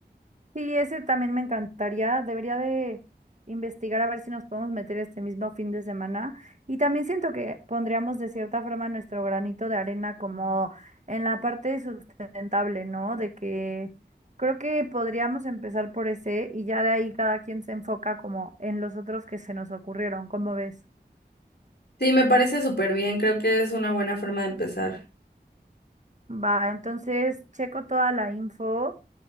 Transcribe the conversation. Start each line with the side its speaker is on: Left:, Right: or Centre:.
Right: Sí, ese también me encantaría. Debería de investigar a ver si nos podemos meter este mismo fin de semana. Y también siento que pondríamos de cierta forma nuestro granito de arena como en la parte sustentable, ¿no? De que creo que podríamos empezar por ese y ya de ahí cada quien se enfoca como en los otros que se nos ocurrieron, ¿cómo ves?
Left: Sí, me parece súper bien. Creo que es una buena forma de empezar.
Right: Va, entonces checo toda la info.